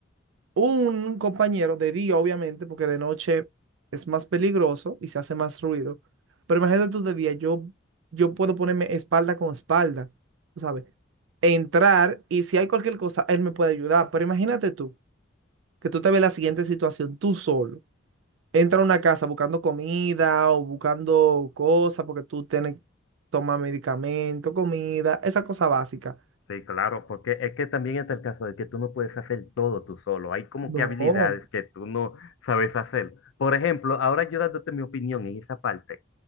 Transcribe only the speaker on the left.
Sí, claro, porque es que también está el caso de que tú no puedes hacer todo tú solo. Hay como
que habilidades que tú no sabes hacer. Por ejemplo, ahora yo dándote mi opinión en esa parte.